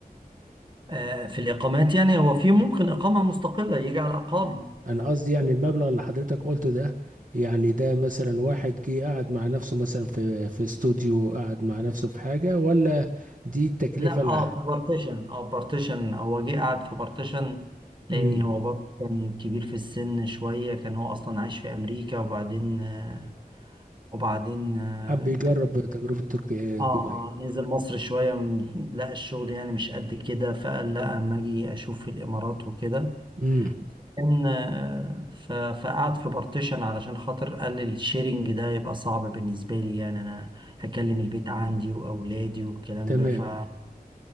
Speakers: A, on the right; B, on the right.
A: آه، في الإقامات يعني هو في ممكن إقامة مستقلة يجي على إقامة
B: أنا قصدي يعني المبلغ اللي حضرتك قلته ده يعني ده مثلا واحد جه قعد مع نفسه مثلا في في استوديو قعد مع نفسه في حاجة ولا دي التكلفة
A: لا
B: اللي
A: اه في بارتيشن اه بارتيشن هو جه قعد في بارتيشن لأن
B: امم
A: هو برضه كان كبير في السن شوية كان هو أصلا عايش في أمريكا وبعدين آه، وبعدين آه،
B: حب يجرب تجربة تركيا
A: اه
B: دبي
A: اه نزل مصر شوية م- لقى الشغل يعني مش قد كده فقال لا اما اجي اشوف في الامارات وكده
B: امم
A: كان آه، ف- فقعد في بارتيشن علشان خاطر قال الشيرنج ده يبقى صعب بالنسبة لي يعني انا هكلم البيت عندي واولادي والكلام
B: تمام
A: ده فكده